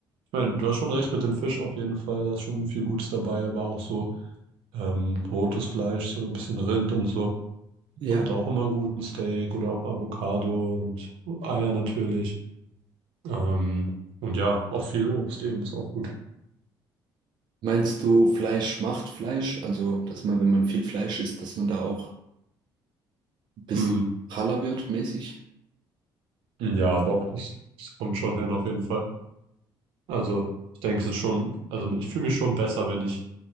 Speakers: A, on the right (about 85°); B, on the right (about 55°).
A: ich meine, du hast schon recht mit dem Fisch auf jeden Fall, da ist schon viel Gutes dabei, aber auch so ähm, rotes Fleisch, so ein bisschen Rind und so,
B: Ja,
A: kommt auch immer gut, ein Steak oder auch Avocado und Eier natürlich. Ähm, und ja, auch viel Obst eben ist auch gut.
B: meinst du, Fleisch macht Fleisch? Also, dass man, wenn man viel Fleisch isst, dass man da auch ein bisschen
A: Mm,
B: praller wird, mäßig?
A: Ja, doch, das, das kommt schon hin auf jeden Fall. Also, ich denke, es ist schon, also ich fühle mich schon besser, wenn ich